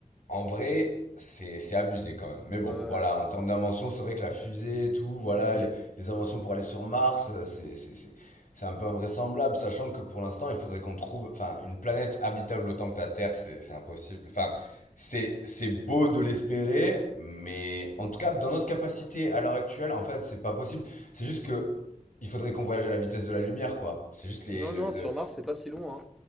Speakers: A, on the left; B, in the centre.
A: en vrai, c'est c'est abusé quand même. Mais
B: Ouais.
A: bon,
B: ouais.
A: voilà, en termes d'invention, c'est vrai que la fusée et tout, voilà,
B: Mhm.
A: les, les inventions pour aller sur Mars, euh, c'est c'est- c'est- c'est un peu invraisemblable, sachant que pour l'instant, il faudrait qu'on trouve, enfin, une planète habitable autant que la Terre, c'est c'est impossible. Enfin, c'est c'est beau de l'espérer, mais en tout cas, dans notre capacité à l'heure actuelle, en fait, c'est pas possible. C'est juste que il faudrait qu'on voyage à la vitesse de la lumière, quoi. C'est juste les,
B: Non,
A: le,
B: non,
A: le-
B: sur Mars, c'est pas si loin, hein.